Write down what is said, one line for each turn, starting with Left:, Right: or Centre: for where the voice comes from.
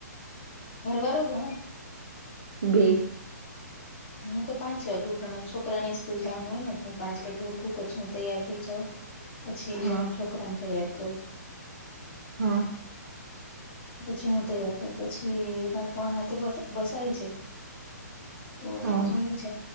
Left: ઘરવાળો જ હું.
Right: બે.
Left: હું તો પાંચ વાગે ઉઠવાનું મારે છોકરા ની સ્કૂલ જવાનું હોય ને તો પાંચ વાગે ઉઠું પછી હું તૈયાર થઈ જાઉં.
Right: <unintelligible>
Left: પછી
Right: હા
Left: વેલા છોકરાને તૈયાર કરું.
Right: હા
Left: પછી હું તૈયાર થઉ, પછી માર પોણા આથે બસ આવી જાય, તો
Right: હા
Left: પસી હું નીચે.